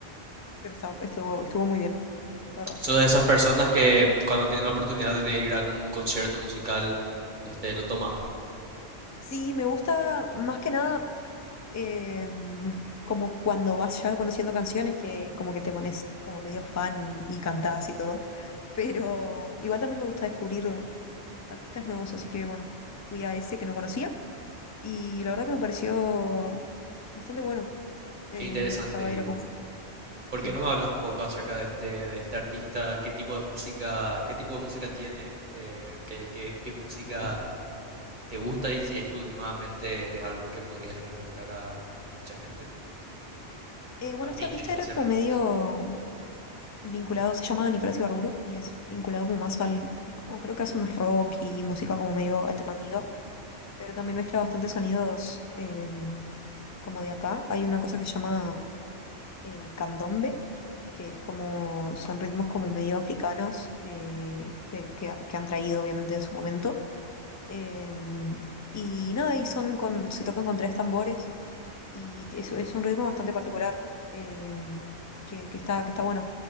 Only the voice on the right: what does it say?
Soy de esas personas que cuando tienen la oportunidad de ir a algún concierto musical, este, lo toma.
Qué interesante.
¿Y
por
qué no me hablas un poco acerca de este, de este artista? ¿Qué tipo de música, qué tipo de música tiene? Eh, ¿qué, qué, qué música te gusta? Y si es que últimamente es algo que podrías recomendar a a mucha gente.
A mí
especialmente.